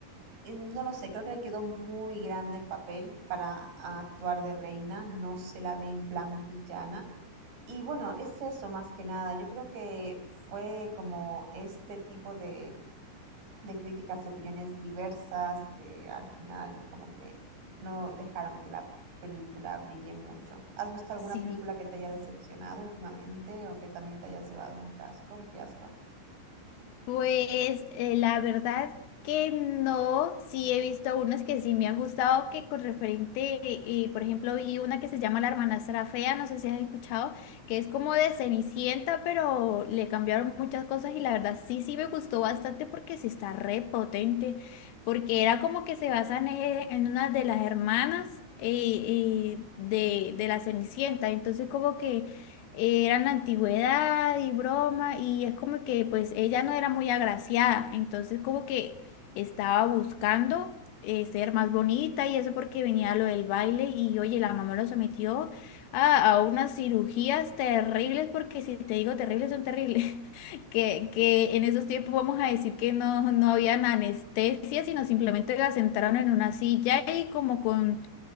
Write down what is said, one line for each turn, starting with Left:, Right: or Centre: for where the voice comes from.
Right: eh, No lo sé, creo que le quedó muy grande el papel para actuar de reina, no se la ve en plan villana. Y bueno, es eso más que nada. Yo creo que fue como este tipo de, de críticas y opiniones diversas que al final como que no dejaron que la película brille mucho. ¿Has visto alguna
Left: Sí.
Right: película que te haya decepcionado últimamente o que también te hayas llevado un chasco, un fiasco?
Left: Pues eh, la verdad que no, sí he visto unas que sí me han gustado, que con referente, eh, por ejemplo, vi una que se llama La Hermanastra Fea, no sé si has escuchado, que es como de Cenicienta, pero le cambiaron muchas cosas y la verdad sí, sí me gustó bastante porque sí está re potente, porque era como que se basan eh, en una de las hermanas eh, eh, de, de la Cenicienta, entonces como que... Era en la antigüedad y broma, y es como que pues ella no era muy agraciada, entonces como que estaba buscando eh, ser más bonita y eso porque venía lo del baile y oye, la mamá lo sometió a, a unas cirugías terribles, porque si te digo terribles son terribles, <laughs> que, que en esos tiempos vamos a decir que no, no habían anestesia, sino simplemente la sentaron en una silla y como con,